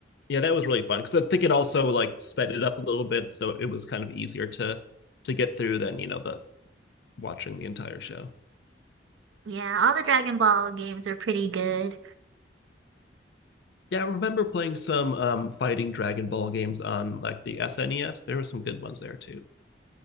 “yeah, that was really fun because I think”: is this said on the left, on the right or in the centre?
Left